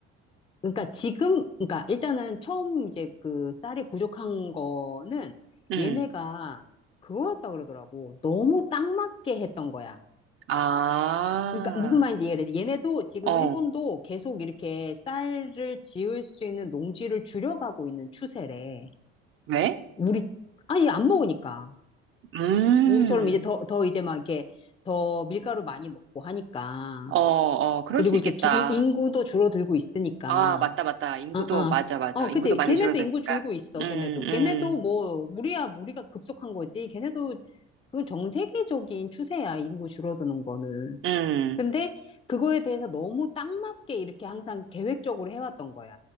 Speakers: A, on the left; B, on the right.
A: 그러니까 지금, 그러니까 일단은 처음 이제 그 쌀이 부족한 거는
B: 응.
A: 얘네가 그거였다 그러더라고. 너무 딱 맞게 했던 거야.
B: 아,
A: 그러니까 무슨 말인지 이해되지? 얘네도 지금
B: 어,
A: 일본도 계속 이렇게 쌀을 지을 수 있는 농지를 줄여가고 있는 추세래.
B: 왜?
A: 우리, 아니, 안 먹으니까.
B: 음,
A: 우리처럼 이제 더, 더 이제 막 이렇게 더 밀가루 많이 먹고 하니까.
B: 어, 어, 그럴
A: 그리고
B: 수 있겠다.
A: 이제 기- 이- 인구도 줄어들고 있으니까.
B: 아, 맞다, 맞다. 인구도,
A: 어, 어.
B: 맞아, 맞아.
A: 어,
B: 인구도
A: 그치.
B: 많이
A: 걔네도
B: 줄어드니까.
A: 인구 줄고 있어,
B: 음,
A: 걔네도. 걔네도
B: 음,
A: 뭐, 우리야, 우리가 급속한 거지. 걔네도, 그건 전 세계적인 추세야, 인구 줄어드는 거는.
B: 음.
A: 근데 그거에 대해서 너무 딱 맞게 이렇게 항상 계획적으로 해왔던 거야.